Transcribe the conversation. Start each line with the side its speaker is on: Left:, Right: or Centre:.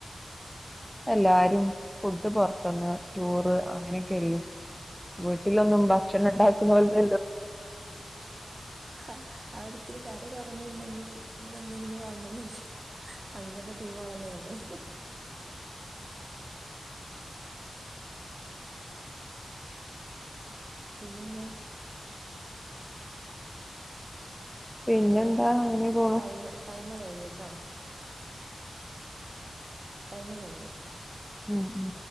Centre: എല്ലാരും ഫുഡ് പൊർത് ന്ന് ടൂറ് അങ്ങനൊക്കെയല്ലേ. വീട്ടിലൊന്നും
Right: ഉം
Centre: ഭക്ഷണം
Right: ഇപ്പ
Centre: ണ്ടാക്ക് ണോൽല്ലോ
Right: ഹാ അവരത്തിരി കറി കുറഞ്ഞിണ്ടെങ്കില് ഇന്നന്തെന്തെങ്കിലും വഗോന്ന്യ്ചൂ അങ്ങൻത്തെ ട്ടീ മാണല്ലോ ഞമ്മള്. പിന്നെന്താ?
Centre: പിന്നെന്താ
Right: ഹലോ
Centre: അങ്ങനെ പോണു
Right: ടൈമ് ടൈമ് കഴിഞ്ഞ്ട്ടോ. ടൈമ് കഴിഞ്ഞ്
Centre: ഉം ഉം